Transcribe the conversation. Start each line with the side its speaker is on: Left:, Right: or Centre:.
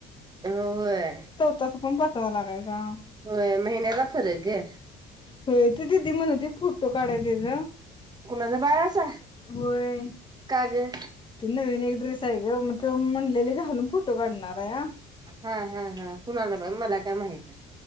Right: होय.
Left: त्याचं पण पाचवा लागायचा.
Right: होय महिन्याचा फरक् गं.
Left: होय ते दिदी म्हणत होती फोटो काढाय तेज.
Right: कुणाचा बाळाचा,
Left: होय,
Right: का ग
Left: ते नवीन एक ड्रेस आहे ग मग ते म्हणलेले घालून फोटो काढणार हाया.
Right: हा हा हा कुणाकडं मला काय माहित नाही.